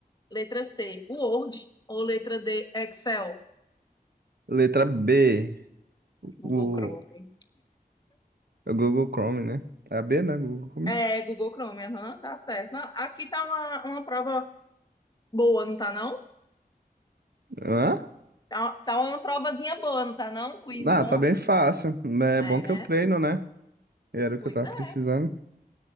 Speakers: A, on the left; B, on the right.
A: Letra C, Word. Ou letra D, Excel.
B: Letra B.
A: Google
B: O,
A: Chrome.
B: o Google Chrome, né? É a B, né? Google Chrome.
A: É, Google Chrome, aham, tá certo. Não, aqui tá uma, uma prova boa, não tá não?
B: Hã?
A: Tá, tá uma provazinha boa, não tá não? Quiz
B: Ah,
A: bom?
B: tá bem fácil. Mas
A: É,
B: É bom que eu treino, né? Era o
A: pois
B: que eu tava
A: é.
B: precisando.